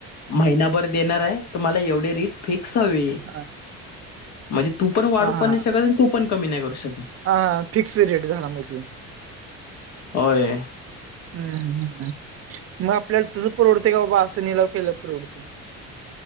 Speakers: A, on the left; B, on the right.
A: महिनाभर देणार आहे तुम्हाला एवढे रीट फिक्स हवे
B: हा
A: म्हणजे तू पण वाढू
B: हा हा
A: पण नाही शकत आणि तू पण कमी नाही करू शकत
B: हा ह फिक्स रेट झाला मध्ये
A: होय
B: हम् ह मग आपल्याला तुझं परवडते का बाबा असं निलाव केलं परवडते